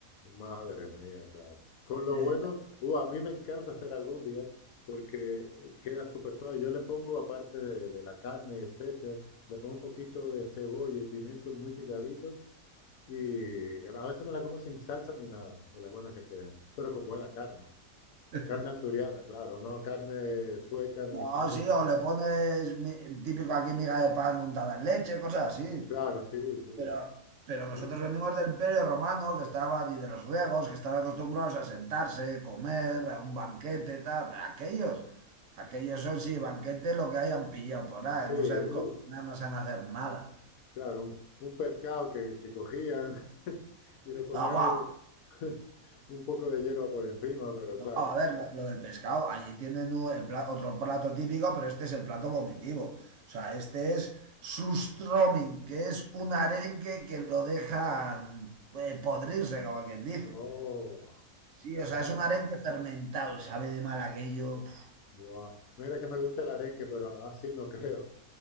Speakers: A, on the left (about 75°); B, on the right (about 65°).
A: Madre mía, claro. Con lo
B: Eh,
A: bueno, uh, a mí me encanta hacer albóndigas porque eh, queda súper suave. Yo le pongo, aparte de, de la carne y especias, le pongo un poquito de cebolla y pimiento muy picadito y eh, a veces me la como sin salsa ni nada, de las buenas que quedan, pero con buena carne.
B: <laughs>
A: Carne asturiana, claro, no carne sueca ni
B: No,
A: finesa.
B: sí, o le pones mi- típico aquí miga de pan untada en leche, cosas así.
A: Claro, sí, sí.
B: Pero, pero nosotros
A: Uf.
B: venimos del Imperio Romano, que estaban, y de los griegos, que estaban acostumbrados a sentarse, comer, a un banquete, tal. Pero aquellos, aquellos son, sí, banquete lo que hayan pillado por ahí,
A: Sí,
B: no saben
A: u-
B: cocinar, no saben hacer nada.
A: Claro, un pescado que, que cogían <laughs> y le ponían
B: Ah, guau,
A: algo, <laughs> un poco de hierba por encima, pero
B: guau,
A: claro.
B: a ver, lo, lo del pescado, allí tienen un- el pla- otro plato típico, pero este es el plato vomitivo. O sea, este es sustroming, que es un arenque que lo dejan eh, podrirse, como quien dice.
A: Oh,
B: Sí, o sea,
A: madre.
B: es un arenque fermentado, sabe de mal aquello. Puf.
A: Buah. Mira que me gusta el arenque, pero así no creo.